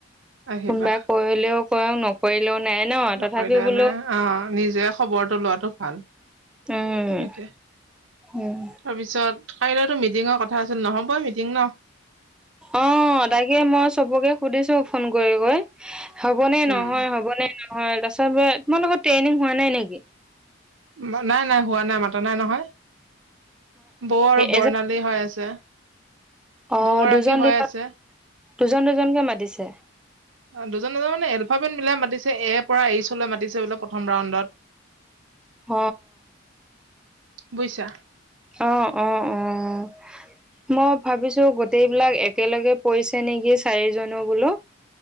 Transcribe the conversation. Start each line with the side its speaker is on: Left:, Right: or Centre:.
Right: আহিবা
Centre: কোনোবা কৰিলেও কৰক নকৰিলেও নাই। ন
Right: নকৰিলেও
Centre: তথাপিও বোলো
Right: নাই অ', নিজে খবৰটো লোৱাটো ভাল সেইটোৱে।
Centre: উম উম
Right: তাৰপিছত কাইলৈতো মিটিঙৰ কথা আছিল নহ'ব মিটিং ন?
Centre: অ', তাকে মই চবকে সুধিছো ফোন কৰি কৰি। হ'বনে নহয়
Right: উম
Centre: হ'বনে নহয় তাৰপিছত তোমা লোকৰ ট্ৰেইনিং হোৱা নাই নেকি?
Right: না, নাই নাই হোৱা নাই, মাতা নাই নহয়। বৌ আৰু বৰ্ণালী
Centre: এজন
Right: হৈ আছে।
Centre: অ'
Right: দুগৰাকী
Centre: দুজন
Right: হৈ
Centre: দুজন,
Right: আছে
Centre: দুজন দুজনকে মাতিছে।
Right: অ' দুজন দুজন মানে এলফাবেট মিলাই মাতিছে। এৰ পৰা এইছলৈ মাতিছে বোলে প্ৰথম ৰাউণ্ডত।
Centre: হ।
Right: বুজিছা
Centre: অ', অ', অ' ম ভাবিছোঁ গোটেইবিলাক একেলগে পইছে নেকি চাৰিজনো বোলো।